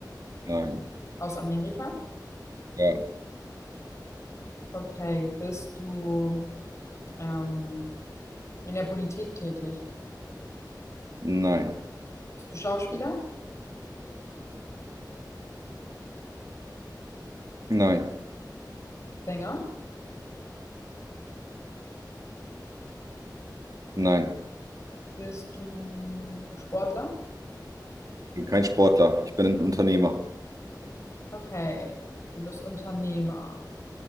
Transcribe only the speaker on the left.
Aus Amerika?
Okay. Bist du ähm, in der Politik tätig?
Bist du Schauspieler?
Sänger?
Bist du Sportler?
Okay, du bist Unternehmer.